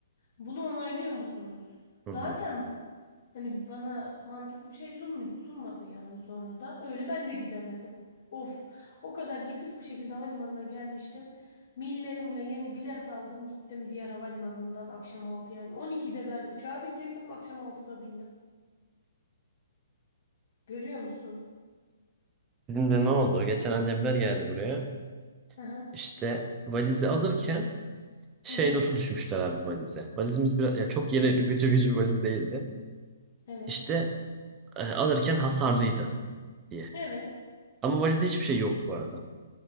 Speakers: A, on the left; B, on the right.
A: Bunu onaylıyor musunuz?
B: Hı
A: Zaten
B: hı.
A: hani bana mantıklı bir şey sunm sunmadı yani sonra da. Öyle ben de gidemedim. Of, o kadar yıkık bir şekilde havalimanına gelmiştim. Millerimle yeni bilet aldım gittim diğer havalimanından akşam 6 yani. 12'de ben uçağa binecektim akşam altıda bindim. Görüyor musun?
B: Bizim de ne oldu? Geçen annemler geldi buraya.
A: Hı hı.
B: İşte valizi alırken şey
A: Hı hı.
B: notu düşmüşler abi valize. Valizimiz biraz ya çok yeni gıcır gıcır bir valiz değildi.
A: Evet.
B: İşte e, alırken hasarlıydı diye.
A: Evet.
B: Ama valizde hiçbir şey yok bu arada.